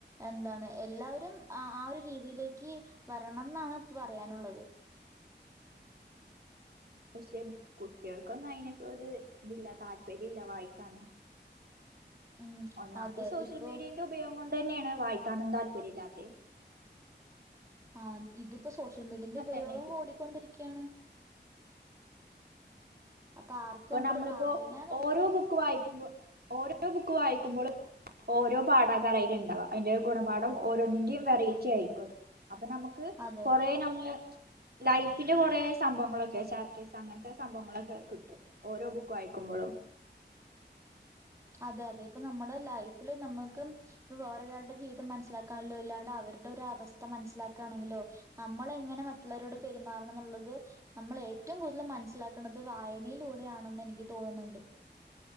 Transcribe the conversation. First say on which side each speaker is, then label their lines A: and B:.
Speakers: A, on the right (about 15°); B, on the right (about 60°).
A: എന്താണ് എല്ലാവരും ആ ഒരു രീതിയിലേക്ക് വരണം എന്നാണ് ഇ പറയാനുള്ളത്
B: പക്ഷെ കുട്ടികൾക്കൊന്നും അയിനൊക്കെ ഇതില്ല താല്പര്യല്ല വായിക്കാന്
A: ഉം
B: ഒന്നാമത്തെ
A: അതെ
B: സോഷ്യൽ
A: ഇപ്പൊ
B: മീഡിയന്റെ ഉപയോഗം കൊണ്ട് അത് തന്നെയാണ് വായിക്കാന് താല്പര്യ ല്ലാത്തത്
A: ആ ഇതിപ്പോ സോഷ്യൽ മീഡിയന്റെ ഉപയോഗം
B: തന്നെ
A: കൂടിക്കൊണ്ടിരിക്കയാണ് അപ്പൊ ആർക്കും
B: ഇപ്പൊ
A: അങ്ങട്
B: നമ്മളിപ്പോൊ
A: വായനാന്നുള്ളൊരു
B: ഓരോ ബുക്ക് വായിക്കുമ്പോ ഓരോ ബുക്ക് വായിക്കുമ്പോളും ഓരോ പാഠാകാരം ഉണ്ടാവ അതിന്റെ ഒരു ഗുണപാഠം ഓരോന്നിന്റെയും വെറയിറ്റി ആയിരിക്കും അത് അപ്പൊ നമിക്ക്
A: അതെ
B: കൊറെ നമ്മള് ലൈഫ് ന്റെ കുറെ സംഭവങ്ങളൊക്കെ ചാപ്റ്റേഴ്സ് അങ്ങനത്തെ സംഭങ്ങളൊക്കെ ഓരോ ബുക്കും വായിക്കുമ്പോളോ
A: അതെ അതെ ഇപ്പ നമ്മുടെ ലൈഫില് നമുക്ക് ഇ വേറൊരാളടെ ജീവിതം മനസ്സിലാക്കാണല്ലോ ഇല്ലാണ്ട് അവരുടെ ആ അവസ്ഥ മനസ്സിലാക്കുകയാണെങ്കിലോ നമ്മള് എങ്ങനെ മറ്റുള്ളവരോട് പെരുമാറണം എന്നുള്ളത് നമ്മൾ ഏറ്റവും മനസ്സിലാക്കുന്നത് വായനയിലൂടെയാണെന്ന് എനിക്ക് തോന്നുന്നുണ്ട്